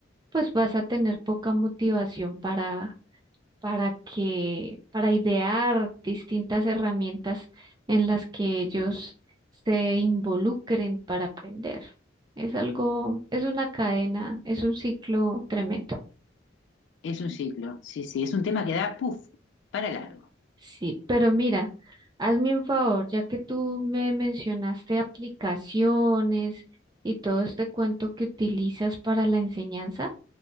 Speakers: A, on the right (about 20°); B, on the left (about 65°).
A: pues vas a tener poca motivación para para que, para idear distintas herramientas en las que ellos se involucren para aprender. Es algo, es una cadena, es un ciclo tremendo.
B: Es un ciclo, sí, sí, es un tema que da, puff, para largo.
A: Sí, pero mira, hazme un favor, ya que tú me mencionaste aplicaciones y todo este cuento que utilizas para la enseñanza,